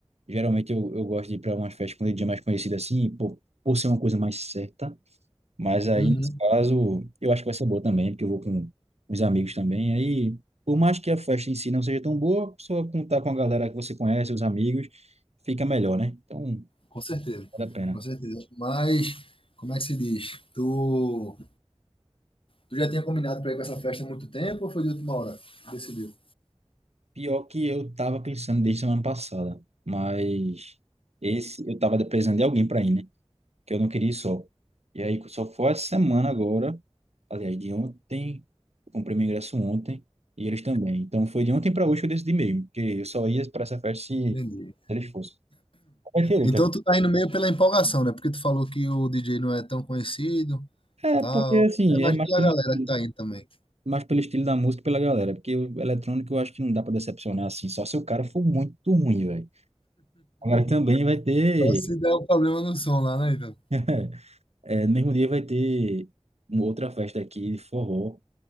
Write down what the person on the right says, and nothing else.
Geralmente eu, eu gosto de ir para umas festas com dia mais conhecido assim, por, por ser uma coisa mais certa. Mas aí,
nesse caso, eu acho que vai ser boa também, porque eu vou com os amigos também. Aí, por mais que a festa em si não seja tão boa, só contar com a galera que você conhece, os amigos, fica melhor, né? Então,
vale a pena.
Pior que eu tava pensando desde semana passada, mas esse eu tava precisando de alguém para ir, né? que eu não queria ir só. E aí só foi essa semana agora, aliás, de ontem, eu comprei meu ingresso ontem, e eles também. Então foi de ontem para hoje que eu decidi mesmo, porque eu só ia para essa festa se
se eles fossem. Vai ter outra.
É,
porque assim,
é mais
pelo
estilo,
mais pelo estilo da música e pela galera, porque o eletrônico eu acho que não dá para decepcionar assim, só se o cara for muito ruim, velho. Agora também vai ter,
<laughs> é, no mesmo dia vai ter uma outra festa aqui de forró,